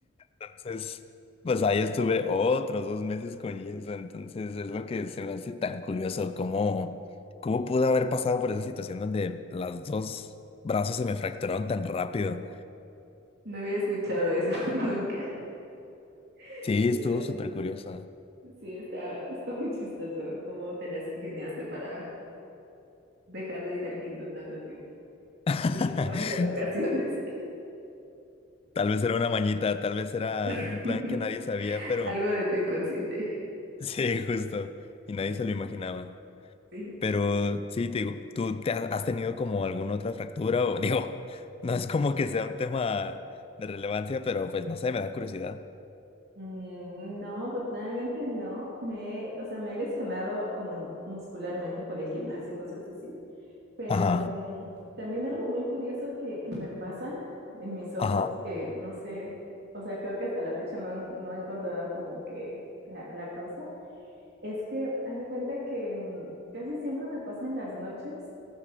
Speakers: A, on the left (about 30°); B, on the right (about 60°).
A: Entonces, pues ahí estuve otros dos meses con eso. Entonces, es lo que se me hace tan curioso, cómo, cómo pude haber pasado por esa situación donde las dos brazos se me fracturaron tan rápido.
B: No había escuchado eso <laughs> nunca. Sí,
A: Sí, estuvo
B: la verdad,
A: súper curioso.
B: sí, sí, está, está muy chistoso cómo te las ingeniaste para dejar de ir al Kindle tanto tiempo.
A: <laughs>
B: Oye, estabas de vacaciones.
A: Tal vez era una mañita, tal vez era
B: <laughs>
A: un plan que nadie sabía, pero
B: Algo de tu inconsciente.
A: <laughs> sí, justo, y nadie se lo imaginaba.
B: Sí.
A: Pero sí, te digo, ¿tú te ha- has tenido como alguna otra fractura? O <laughs> digo, no es como que sea un tema de relevancia, pero pues no sé, me da curiosidad.
B: Mm, No, afortunadamente no. Me, o sea, me he lesionado como en- muscularmente por el gimnasio, cosas así, Pero
A: Ajá,
B: mm, también algo muy curioso que, que me pasa en mis ojos,
A: ajá,
B: que no sé, o sea, creo que hasta la fecha no, han- no he encontrado como que la, la causa, es que haz de cuenta que mm, casi siempre me pasa en las noches,